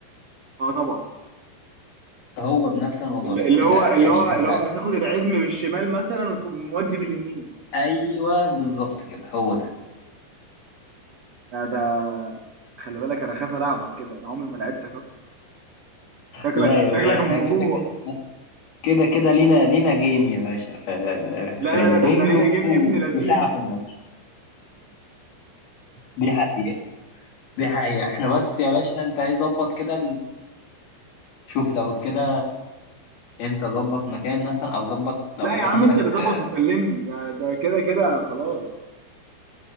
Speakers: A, on the right; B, on the left.
A: اه طبعا
B: هو بنفس الموضوع
A: اللي
B: ده بتبقى
A: اللي هو اللي
B: يعني
A: هو
B: انت
A: اللي هو بتاخد العزم بالشمال مثلا وتقوم مودي باليمين
B: ايوه بالظبط كده هو ده
A: ده ده خلي بالك انا خاف العبك كده انا عمري ما لعبتك اصلا شكلك
B: لا يا
A: شكلك
B: باشا احنا
A: موضوع
B: كده كده كده كده لينا لينا جيم يا باشا في في
A: لا لا
B: البنج
A: لا ده احنا لينا
B: و-
A: جيم ابن لذينه
B: وساعة في الماتش دي حقيقة دي حقيقة احنا بس يا باشا انت ايه ظبط كده شوف لو كده انت ظبط مكان مثلا او ظبط لو
A: لا يا
B: في
A: عم
B: عندك
A: انت اللي ظبط
B: آه،
A: وكلمني ده ده كده كده خلاص